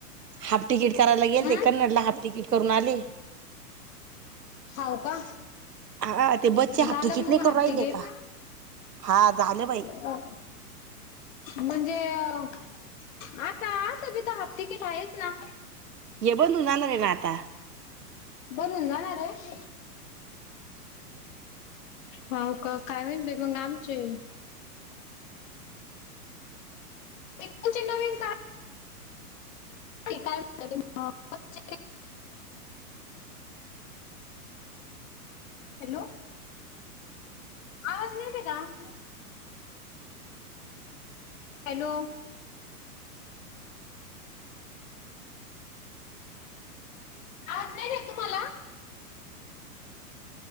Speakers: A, on the right (about 85°); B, on the left (about 55°).
A: हांफ तिकीट करायला गेलं
B: हम्म
A: ती कडनं हांफ तिकीट करूंन आलें
B: हाव का
A: हां ते बच्चेे
B: झालं
A: हांफ तिकिट
B: का मग
A: नायं करूंन
B: हाफ
A: राहिले
B: तिकीट?
A: कां हां झालं बाई
B: हां म्हणजे आंता असं बीता हांफ तिकीट आहेचं नां
A: हे बंद होऊन जाणारं आहे नं आंता
B: बनूंन जाणारं आहे हो कां कायं माहित मगं आमचे बिटकोचे नवीन कामं ते कायं म्हणतां ते हॅलो आंज नाईट आहे कां हॅलो आवांज नाहीं येतं आहे तुम्हांला